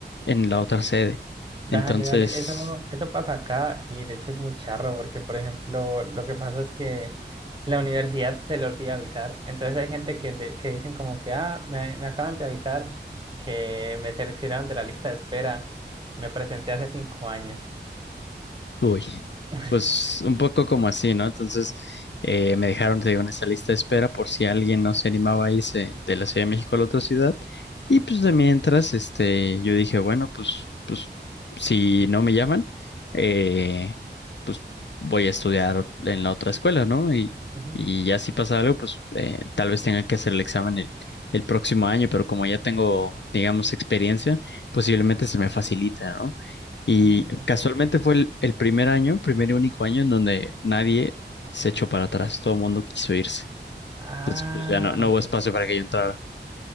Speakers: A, on the left (about 75°); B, on the right (about 25°).
A: en la otra sede.
B: Dale,
A: Entonces,
B: dale. Eso, eso pasa acá y de hecho es muy charro porque, por ejemplo, lo que pasa es que la universidad se le olvida avisar. Entonces hay gente que, le, que dicen como que, ah, me, me acaban de avisar que me seleccionaron de la lista de espera. Me presenté hace cinco años.
A: Uy,
B: <laughs>
A: pues un poco como así, ¿no? Entonces eh, me dejaron, te digo, en esa lista de espera por si alguien no se animaba a irse de la Ciudad de México a la otra ciudad. Y pues de mientras, este, yo dije, bueno, pues, pues si no me llaman, eh, pues voy a estudiar en la otra escuela, ¿no? Y,
B: Ujú.
A: y ya si pasa algo, pues eh, tal vez tenga que hacer el examen el, el próximo año, pero como ya tengo, digamos, experiencia, posiblemente se me facilita, y
B: Ujú, Ok,
A: casualmente
B: sí, sí.
A: fue el, el primer año, primer y único año en donde nadie se echó para atrás, todo el mundo quiso irse.
B: Ah,
A: Entonces, pues ya no, no
B: ok,
A: hubo espacio
B: vale.
A: para que yo entrara.